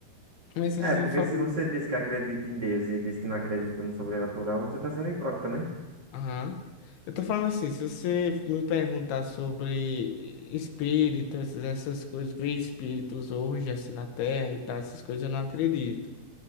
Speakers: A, on the left; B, on the right.
A: Mas se
B: É,
A: você
B: porque
A: falar.
B: se você diz que acredita em Deus e diz que não acredita no sobrenatural, você está sendo hipócrita, né?
A: Aham. Eu tô falando assim, se você me perguntar sobre espíritos, essas coisas, ver espíritos hoje assim na Terra e tal, essas coisas eu não acredito.